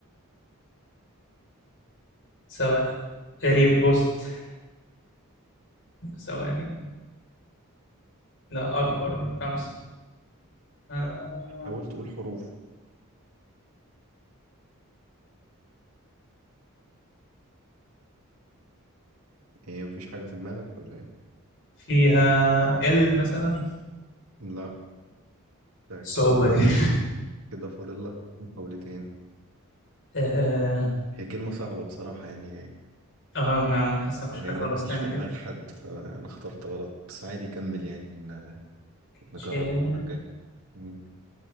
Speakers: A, on the left; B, on the right.
A: سواء ريبوست ثواني
B: لا
A: لا اكبر من خمسة آه
B: حاول تقول حروف ايه مفيش حاجة في دماغك ولا ايه
A: فيها ال مثلا
B: لا ده
A: الصعوبة
B: كده
A: دي
B: كده فاضل لك محاولتين
A: اه
B: هي كلمة صعبة بصراحة يعني
A: آه، انا حاسس مفيش
B: وهي
A: حاجة
B: ما
A: خلاص
B: تجيش
A: تاني
B: في
A: كده
B: دماغ حد فانا اخترت غلط بس عادي كمل يعني ن- نجرب
A: شيرين
B: المرة الجاية مم.